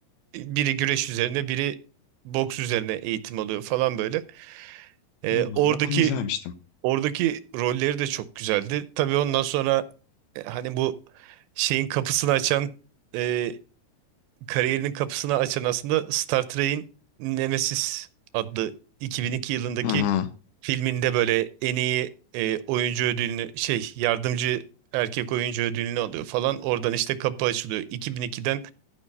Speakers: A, on the right; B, on the left.
A: biri güreş üzerine biri boks üzerine eğitim alıyor falan böyle. E,
B: Hmm, <laughs>
A: oradaki
B: bak onu izlememiştim.
A: Oradaki rolleri de çok güzeldi. Tabii ondan sonra e, hani bu şeyin kapısını açan e, kariyerinin kapısını açan aslında Star Trek'in Nemesis adlı 2002 yılındaki
B: Hı hı.
A: filminde böyle en iyi e, oyuncu ödülünü şey yardımcı erkek oyuncu ödülünü alıyor falan. Oradan işte kapı açılıyor. 2002'den